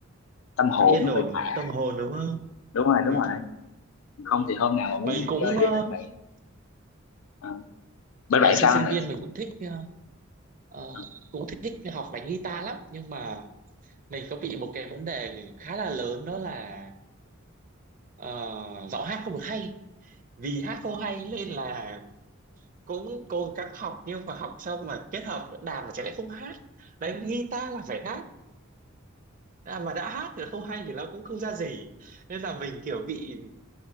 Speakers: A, on the left (about 70°); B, on the right (about 40°).
A: tâm hồn
B: cho yên
A: nó
B: ổn
A: phai phả
B: tâm hồn đúng không?
A: đúng rồi
B: Ờ.
A: đúng rồi không thì hôm nào mà muốn
B: Mình cũng
A: chơi với
B: ờ,
A: bạn bè ờ, bên
B: ngày
A: bạn
B: xưa
A: sao
B: sinh
A: anh bạn
B: viên mình cũng thích ờ, ờ,
A: Ờ,
B: cũng thích học đánh guitar lắm nhưng mà mình có bị một cái vấn đề khá là lớn đó là ờ, giọng hát không được hay vì hát không hay nên là cũng cố gắng học nhưng mà học xong mà kết hợp đàn mà chẳng lẽ không hát đánh guitar là phải hát à, mà đã hát thì không hay thì nó cũng không ra gì nên là mình kiểu bị